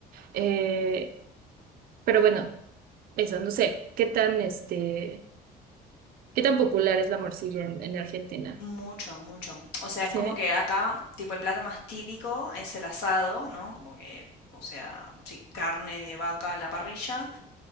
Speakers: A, on the right (about 60°); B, on the left (about 85°).
A: eh, pero bueno, eso, no sé, qué tan, este, qué tan popular es la morcilla en, en Argentina.
B: Mucho, mucho. O sea,
A: Sí.
B: es como que acá, tipo, el plato más típico es el asado, ¿no? Como que, o sea, sí, carne de vaca a la parrilla.